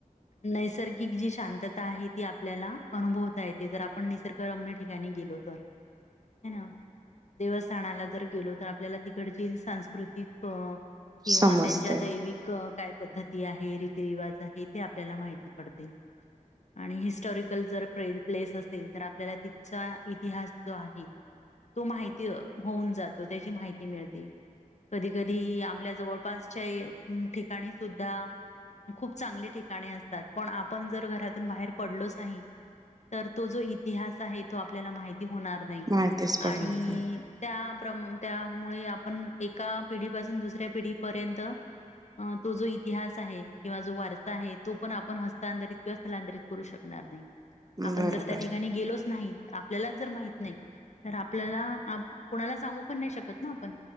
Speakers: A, on the left; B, on the right.
A: नैसर्गिक जी शांतता आहे ती आपल्याला. अनुभवता येते. जर आपण निसर्गरम्य ठिकाणी गेलो तर. हो ना. देवस्थानाला जर गेलो. तर आपल्याला तिकडची सांस्कृतिक किंवा
B: समजतय
A: त्यांच्या दैविक काय? पद्धती आहे. रिती रिवाज ते आपल्याला माहिती पडते. आणि हिस्टरी जर प्रेल प्लेस असतील. तर आपल्याला तिथचा इतिहास जो आहे. तो माहिती होऊन जातो. त्याची माहिती मिळते. कधी कधी आपल्या जवळपासच्या ठिकाणी सुद्धा खूप चांगले ठिकाणे असतात. पण आपण जर घरातून बाहेर पडलोच नाही. तर जो तो इतिहास आहे. तो आपल्याला माहिती होणार नाही.
B: माहितीच पडणार
A: आणि
B: नाही.
A: तर त्यामुळे आपण एका पिढीपासून दुसऱ्या पिढीपर्यंत अ तो जो इतिहास आहे. किंवा वारसा आहे. तो पण आपण हस्तांतरित किंवा स्थलांतरित करू शकणार नाही. आपण
B: बरोबर
A: जर त्या ठिकाणी गेलोच नाही. आपल्यालाच जर माहित नाही. तर आपल्याला कुणाला सांगू पण नाही शकत ना आपण.